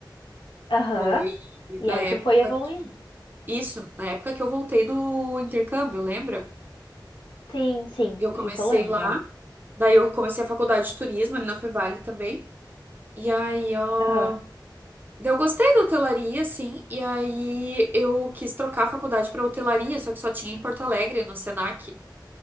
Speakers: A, on the left; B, on the right.
A: Aham.
B: foi
A: E
B: na
A: aí
B: época,
A: tu foi evoluindo.
B: isso, na época que eu voltei do intercâmbio, lembra?
A: Sim, sim,
B: Eu comecei
A: isso eu lembro,
B: lá,
A: é.
B: daí eu comecei a faculdade de turismo ali na Fevale também. E aí, ó,
A: Aham.
B: daí eu gostei da hotelaria, assim, e aí eu quis trocar a faculdade para hotelaria, só que só tinha em Porto Alegre, no Senac,